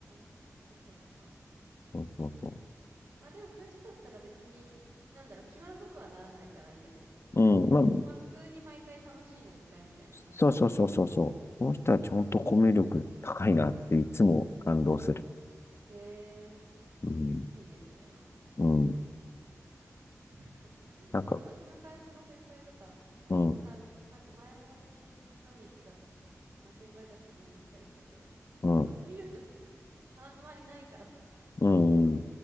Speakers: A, on the right; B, on the left.
A: あ、そっかそっか。
B: そうそうそ
A: まあでもそういう人だったら別に、なんだろう、気まずくはならないからいいよね。
B: う。うん、まあ、
A: まあ普通に毎回楽しい飲み会みたいな感じになりそ
B: そうそうそうそうそう。この人たち本当コミュ力高いなっていつも感動する。
A: う。うん。へえ、
B: うん。
A: いいね、それは。
B: うん
A: <laughs>
B: なんか、
A: 私の会社の先輩とか、
B: うん、
A: あの、なんか前も私飲み行った、あの先輩たちと飲み行ったりしたけど、
B: うん、
A: <laughs> コミュ力が <laughs> あんまりないからさ。
B: うん、うん、